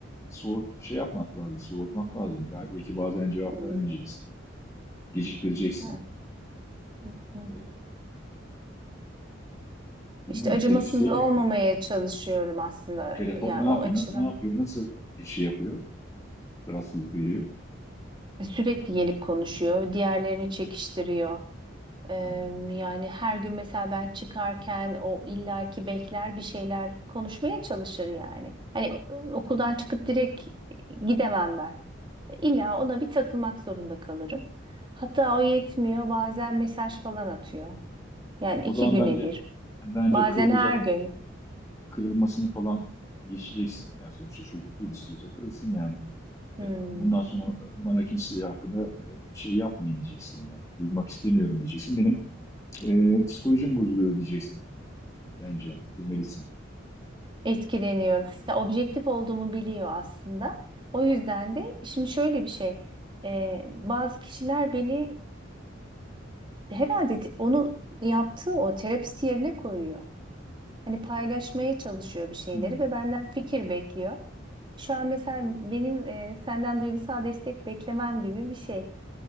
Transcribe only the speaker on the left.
soğut şey yapmak lazım, soğutmak lazım. Belki bazen cevap
vermeyeceksin, geciktireceksin.
E, bilmiyorum
telif şey
mi yapıyor?
Telefon
ne yapıyor,
ne, ne yapıyor, nasıl şey yapıyor, rahatsızlık veriyor.
Hmm.
O
zaman
bence
bence
kırılacak,
kırılmasını falan geçeceksin. Yani sonuçta çocuk değil istiyorsa kırılsın yani.
E, Bundan sonra e, bana kimseye hakkında e, şey yapmayın diyeceksin ya. Duymak istemiyorum diyeceksin. Benim e, psikolojim bozuluyor diyeceksin bence. Demelisin.
Hmm.
Olabilir.